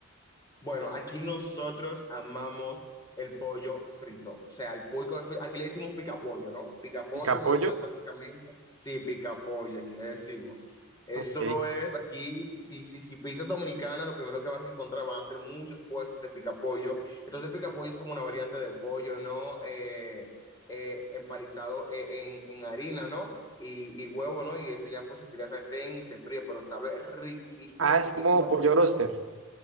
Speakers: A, on the left; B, on the right.
A: Bueno, aquí nosotros amamos el pollo frito. O sea, el pollo frito, aquí le decimos picapollo, ¿no? Picapollo,
B: Pica pollo.
A: eso es básicamente, sí, picapollo, aquí le decimos. Eso
B: Ok.
A: es, aquí, si, si, si pizzas dominicana, lo primero que vas a encontrar van a ser muchos puestos de picapollo. Entonces, picapollo es como una variante de pollo, ¿no? Eh, eh, empalizado eh, en, en harina, ¿no? Y, y huevo, ¿no? Y eso ya pues se tira al sartén y se fríe, pero sabe riquísimo,
B: Ah,
A: riquísimo,
B: es como
A: riquísimo.
B: pollo roster.